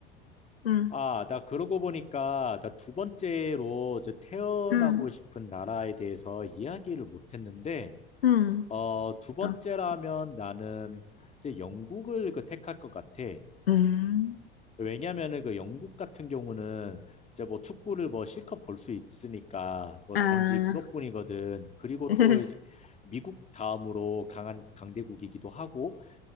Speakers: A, on the left; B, on the left.
A: 응.
B: 아, 나 그러고 보니까 나 두 번째로 저 태어나고
A: 응,
B: 싶은 나라에 대해서 이야기를 못 했는데,
A: 응,
B: 어, 두 번째라면
A: 어,
B: 나는 이제 영국을 그 택할 것 같아.
A: 응, 음.
B: 왜냐면은 그 영국 같은 경우는 이제 뭐 축구를 뭐 실컷 볼 수 있으니까 뭐
A: 아,
B: 단지 그것뿐이거든. 그리고
A: <laughs>
B: 또 이제 미국 다음으로 강한 강대국이기도 하고,